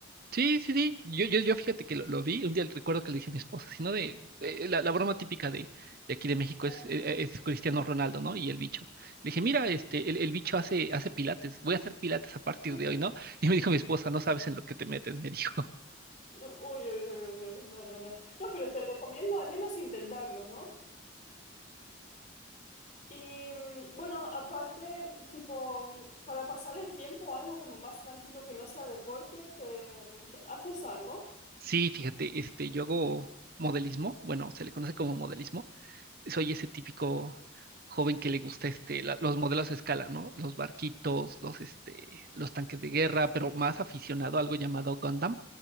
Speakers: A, on the right; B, on the left.
A: Sí, sí, sí. Yo, yo, yo fíjate que lo, lo vi. Un día recuerdo que le dije a mi esposa, sino de eh, la, la broma típica de, de aquí de México
B: Claro.
A: es, eh, es Cristiano Ronaldo, ¿no? Y el bicho. Le dije, mira, este, el, el bicho hace, hace pilates, voy a hacer pilates a partir
B: <laughs>
A: de hoy, ¿no? <laughs> Y me dijo mi esposa, no sabes en lo que te metes, me dijo. <laughs>
B: No, uy, uy, uy, uy, uy, no, no, no. No, pero te recomiendo al menos intentarlo, ¿no? Y mm, bueno, aparte, tipo, mm, para pasar el tiempo, algo como más tranquilo que no sea deporte, ¿te, te- haces algo?
A: Sí, fíjate, este, yo hago modelismo, bueno, se le conoce como modelismo. soy ese típico joven que le gusta este, la- los modelos a escala, ¿no? Los barquitos, los, este, los tanques de guerra, pero más aficionado a algo llamado Gundam,